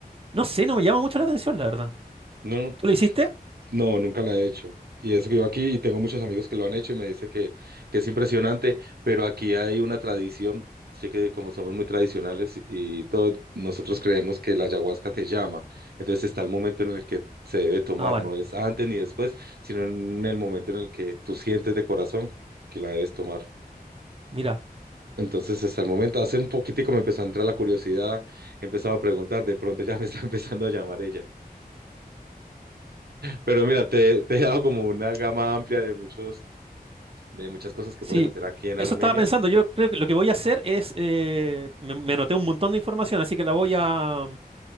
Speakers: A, on the right; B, on the right.
A: No sé, no me llama mucho la atención, la verdad.
B: No.
A: ¿Tú lo hiciste?
B: No, nunca la he hecho. Y eso que yo aquí, y tengo muchos amigos que lo han hecho y me dice que, que es impresionante, pero aquí hay una tradición, sé que como somos muy tradicionales y todo, nosotros creemos que la ayahuasca te llama. Entonces está el momento en el que se debe tomar,
A: Ah, vale.
B: no es antes ni después, sino en el momento en el que tú sientes de corazón que la debes tomar.
A: Mira.
B: Entonces, hasta el momento, hace un poquitico me empezó a entrar la curiosidad, empezaba a preguntar, de pronto ya me está <laughs> empezando a llamar ella. Pero mira, te, te he dado como una gama amplia de muchos de muchas cosas que
A: Sí,
B: puedes hacer aquí en
A: eso
B: Armenia.
A: estaba pensando. Yo creo que lo que voy a hacer es, eh, me, me anoté un montón de información, así que la voy a,